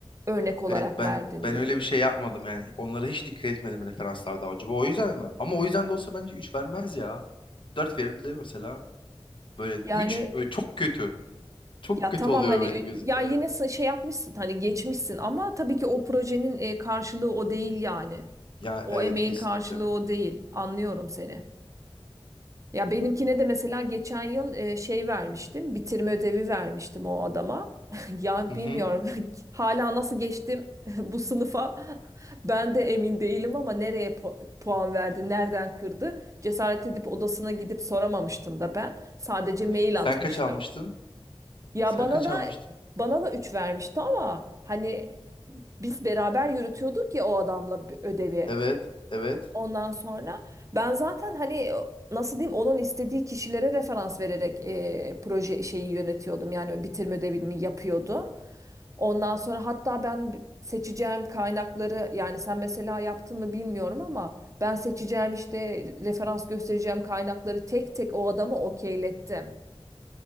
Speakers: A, on the right; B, on the left.
A: Örnek olarak
B: Evet ben
A: verdin
B: ben
A: diyor.
B: öyle bir şey yapmadım yani. Onlara hiç dikkat etmedim referanslarda acaba. O yüzden mi? Ama o yüzden de olsa bence 3 vermez ya. dört verirdi mesela. Böyle
A: Yani
B: 3 böyle çok kötü. Çok
A: Ya
B: kötü
A: tamam
B: oluyor
A: hani
B: benim
A: ü-
B: gözümde.
A: ya yine
B: Evet.
A: sa- şey yapmışsın hani geçmişsin ama tabii ki o projenin e, karşılığı o değil yani.
B: Ya
A: O
B: evet
A: emeğin
B: kesinlikle.
A: karşılığı o değil. Anlıyorum seni. Ya benimkine de mesela geçen yıl e, şey vermiştim. Bitirme ödevi vermiştim o adama. <laughs> Ya
B: Hı
A: bilmiyorum
B: hı.
A: <laughs> hala nasıl geçtim <laughs> bu sınıfa <laughs> ben de emin değilim ama nereye pu- puan verdi, nereden kırdı? Cesaret edip odasına gidip soramamıştım da ben. Sadece mail
B: Sen
A: atmıştım.
B: kaç almıştın?
A: Ya
B: Sen
A: bana
B: kaç
A: da
B: almıştın?
A: bana da 3 vermişti ama hani biz beraber yürütüyorduk ya o adamla bir ödevi.
B: Evet. Evet.
A: Ondan sonra ben zaten hani nasıl diyeyim onun istediği kişilere referans vererek e, proje şeyi yönetiyordum. Yani bitirme ödevini yapıyordum. Ondan sonra hatta ben seçeceğim kaynakları yani sen mesela yaptın mı bilmiyorum ama ben seçeceğim işte referans göstereceğim kaynakları tek tek o adama okeylettim.